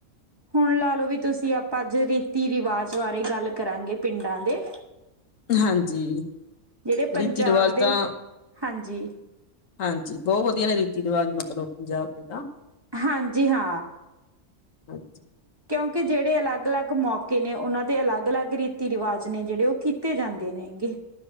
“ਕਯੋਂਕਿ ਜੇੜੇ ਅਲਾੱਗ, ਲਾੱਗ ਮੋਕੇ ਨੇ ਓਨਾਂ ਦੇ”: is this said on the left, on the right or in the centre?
Right